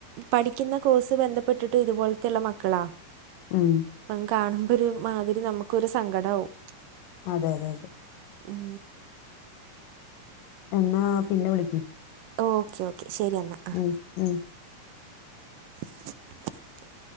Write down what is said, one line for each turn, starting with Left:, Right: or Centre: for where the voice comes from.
Right: പഠിക്കുന്ന കോഴ്സ് ബന്ധപ്പെട്ടിട്ടു ഇതുപോലത്തുള്ള മക്കളാ.
Left: ഉം.
Right: പ്പം കാണുമ്പോരു മാതിരി നമ്മുക്കൊരു സങ്കടാവും.
Left: അതെയതെ അതെ
Right: ഉം
Left: എന്നാ പിന്നെ വിളിക്ക്
Right: ഓക്കെ ഓക്കെ ശരി എന്നാ ആ.
Left: ഉം ഉം
Right: <unintelligible>